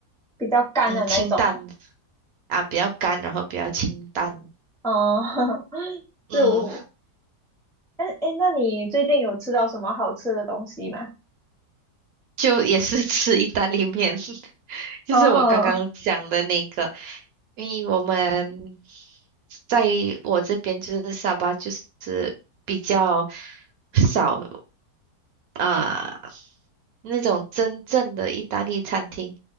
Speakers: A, in the centre; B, on the right.
A: 比较干的那一种。
B: 嗯，清淡啊，比较干，然后比较清淡，
A: 嗯，<laughs>
B: 嗯，
A: 就，哎哎，诶那你最近有吃到什么好吃的东西吗？
B: 就也是吃意大利面，<laughs> 就是我刚刚讲的那个，
A: 哦，
B: 因为我们在我这边就是沙巴，就是比较少啊、那种真正的意大利餐厅，